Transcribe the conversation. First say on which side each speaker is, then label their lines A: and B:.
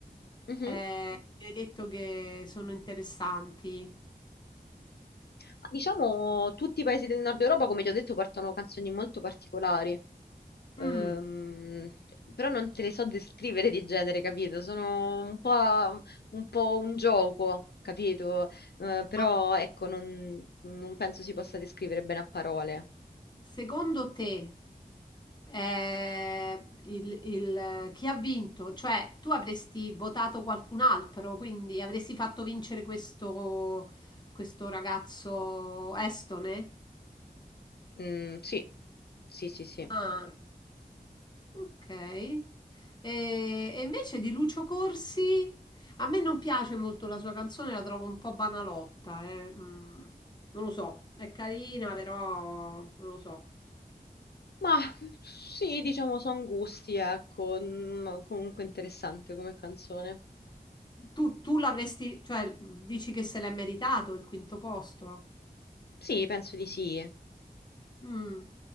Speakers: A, on the left; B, on the left.
A: Mhm.
B: eh, mi hai detto che sono interessanti.
A: Ma Diciamo, tutti i paesi del nord Europa, come ti ho detto, portano canzoni molto particolari. Ehm,
B: Mm,
A: però non te le so descrivere di genere, capito? Sono un po', un po' un gioco, capito? Eh, però
B: ma
A: ecco, non, non penso si possa descrivere bene a parole.
B: secondo te eh, il- il- chi ha vinto, cioè tu avresti votato qualcun altro, quindi avresti fatto vincere questo, questo ragazzo estone.
A: Mm, sì, sì, sì, sì.
B: Ah, ok. E, e invece di Lucio Corsi, a me non piace molto la sua canzone, la trovo un po' banalotta, eh, mm, non lo so, è carina, però non lo so.
A: Ma sì, diciamo, sono gusti, ecco. Mm, comunque interessante come canzone.
B: Tu, tu l'avresti, cioè, dici che se l'è meritato il quinto posto?
A: Sì, penso di sì.
B: Mm.